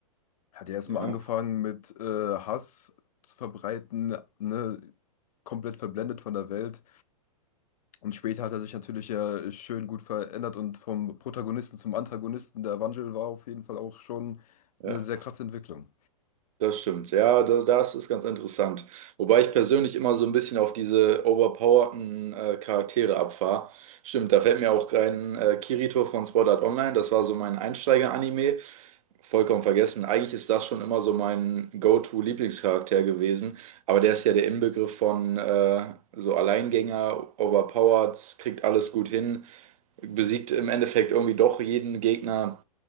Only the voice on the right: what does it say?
Ja.
Ja.
Das stimmt, ja, da- das ist ganz interessant. Wobei ich persönlich immer so ein bisschen auf diese overpowerten äh, Charaktere abfahre. Stimmt, da fällt mir auch kein äh, Kirito von Sword Art Online, das war so mein Einsteiger-Anime. Vollkommen vergessen. Eigentlich ist das schon immer so mein Go-To-Lieblingscharakter gewesen, aber der ist ja der Inbegriff von äh, so Alleingänger, overpowered, kriegt alles gut hin, besiegt im Endeffekt irgendwie doch jeden Gegner.